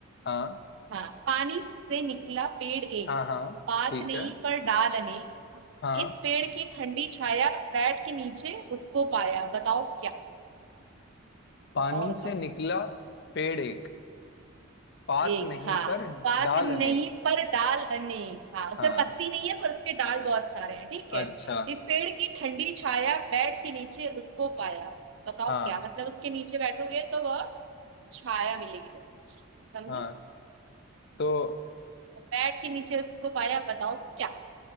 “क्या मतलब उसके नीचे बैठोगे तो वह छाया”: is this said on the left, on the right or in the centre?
Right